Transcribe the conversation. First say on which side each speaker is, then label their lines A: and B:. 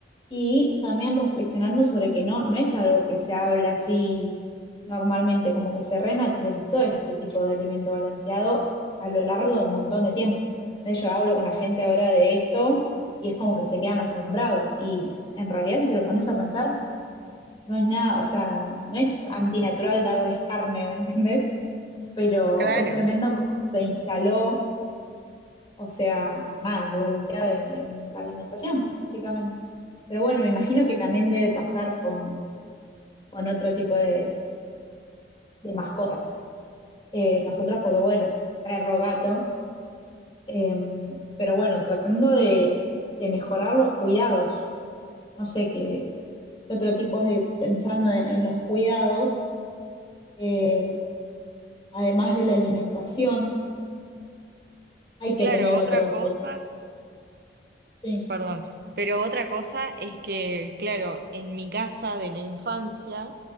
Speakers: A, on the left; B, on the right.
A: Y también reflexionando sobre que no, no es algo que se habla así normalmente, como que se renaturalizó este tipo de alimento balanceado a lo largo de un montón de tiempo. Eh, Yo hablo con la gente ahora de esto y es como que se quedan asombrados. Y en realidad, si te lo pones a pensar, no es nada, o sea, no es antinatural darles carne, ¿me entendés? Pero
B: Claro.
A: es tremendo cómo se instaló, o sea, nada, el balanceado en en la alimentación, básicamente. Pero bueno, me imagino que también debe pasar con, con otro tipo de, de mascotas. Eh, nosotras, porque bueno, perro, gato, eh, pero bueno, tratando de, de mejorar los cuidados. No sé qué, qué otro tipo de, pensando en, en los cuidados, eh, además de la alimentación, hay
B: Claro,
A: que tener
B: otra
A: otros.
B: cosa
A: Sí,
B: perdón. Pero otra cosa es que, claro, en mi casa de la infancia,